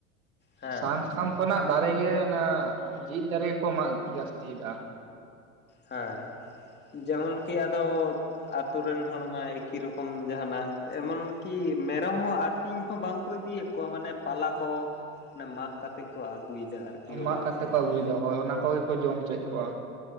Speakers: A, on the left; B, on the right.
A: ᱦᱮᱸ
B: ᱥᱟᱦᱟᱱ ᱥᱟᱠᱟᱢ ᱠᱷᱚᱱᱟᱜ ᱫᱟᱨᱮ ᱜᱮ ᱚᱱᱟ ᱡᱤᱣᱤᱫ ᱫᱟᱨᱮ ᱜᱮᱠᱚ ᱢᱟᱜ ᱡᱟᱥᱛᱤᱭᱫᱟ᱾
A: ᱦᱮᱸ ᱡᱮᱢᱚᱱ ᱠᱤ ᱟᱫᱚ ᱟᱛᱳ ᱨᱮᱱ ᱦᱚᱲᱢᱟᱭ ᱮᱠᱤ ᱨᱚᱠᱚᱢ ᱡᱟᱦᱟᱱᱟᱜ ᱮᱢᱚᱱ ᱠᱤ ᱢᱮᱨᱚᱢ ᱦᱚᱸ ᱟᱛᱤᱧ ᱦᱚᱸ ᱵᱟᱝ ᱠᱚ ᱤᱫᱤᱭᱮᱜ ᱠᱚᱣᱟ ᱢᱟᱱᱮ ᱯᱟᱞᱟ ᱠᱚᱦᱚ ᱚᱱᱟ ᱢᱟᱜ ᱠᱟᱛᱮᱜ ᱠᱚ ᱟᱜᱩᱭᱫᱟ ᱟᱨᱠᱤ
B: ᱢᱟᱜ
A: ᱚᱲᱟᱜ
B: ᱠᱟᱛᱮ
A: ᱥᱮᱱᱛᱮ᱾
B: ᱠᱚ ᱟᱹᱜᱩᱭᱮᱫᱟ ᱦᱳᱭ ᱚᱱᱟ ᱠᱚᱜᱮ ᱠᱚ ᱡᱚᱢ ᱪᱚᱭᱮᱫ ᱠᱚᱣᱟ᱾